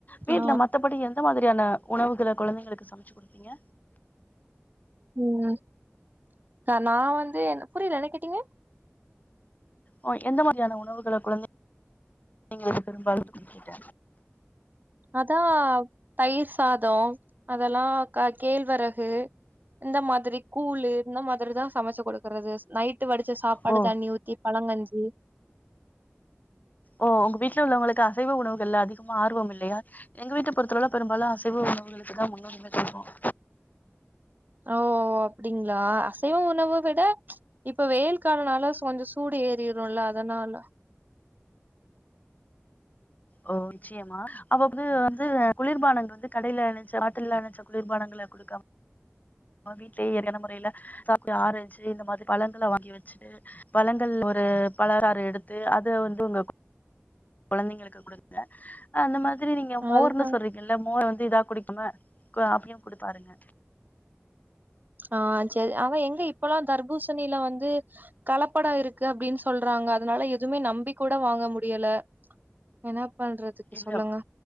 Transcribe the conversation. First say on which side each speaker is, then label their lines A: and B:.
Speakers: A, on the left; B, on the right.
A: வீட்ல
B: ஆ
A: மத்தபடி எந் எந்த மாதிரியான உணவுகளை குழந்தைங்களுக்கு சமைச்சு குடுப்பீங்க
B: உம் நா ஆரஞ்சு புரியல என்ன கேட்டீங்க
A: ஓ எந்த மாதிரியான உணவுகளை குழந்தைங்களுக்கு பெரும்பாலும் குடுப்பிங்க
B: அதான் தயிர் சாதம் அதெல்லாம் காக் கேழ்வரகு இந்த மாதிரி கூழ் இந்த மாதிரிதா சமைச்சு குடுக்கறது நைட்டு வடிச்ச சாப்பாடு
A: ஓ
B: தண்ணி ஊத்தி பழங்கஞ்சி
A: ஓ உங்க வீட்டுல உள்ளவங்களுக்கு அசைவ உணவுகள்ல அதிகமா ஆர்வம் இல்லையா எங்க வீட்ட பொறுத்தளவுல பெரும்பாலும் அசைவ உணவுகளுக்கு தான் முன்னுரிமை தருவோம்
B: ஓ அப்படிங்களா அசைவ உணவை விட இப்ப வெயில் காலனால கொஞ்சம் சூடு ஏறிரூமில்ல அதனால
A: ஓ நிச்சயமா அவப் வந்து வந்து குளிர்பானங்கள் வந்து கடையில ராத்திரி நேரத்துல பாட்டில வச்ச குளிர்பானங்களை குடுக்காம வீட்லயே இயற்கையான முறையில சாப்பிட ஆரஞ்சு இந்த மாதிரி பழங்களை வாங்கி வச்சு பழங்கள் ஒரு வழராறு எடுத்து அத் வந்து வந்து உங்க <unintelligible> குழந்தைங்களுக்கு கொடுக்க அந்த மாதிரி சரி நீங்க மோர்ன்னு
B: அதுதா
A: சொல்றீங்கல்ல மோர் டீ தா குடிக்கும காஃபியு குடிப்பாருங்க
B: ஆ சரி அவ எங்க இப்பல்லா தர்பூசணில வந்து கலப்படோ இருக்கு அப்டின் சொல்றாங்க அதனால எதுமே நம்பி கூட வாங்க முடியல என்னா பண்றதுக்கு
A: இல்ல
B: சொல்லுங்க